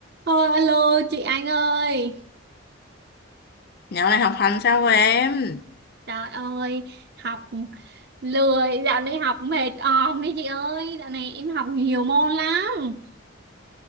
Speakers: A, on the right; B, on the left.
A: Thôi alo chị Anh ơi
B: Dạo này học hành sao rồi em?
A: Trời ơi Học lười Dạo này học mệt òm đi chị ơi Dạo này em học nhiều môn lắm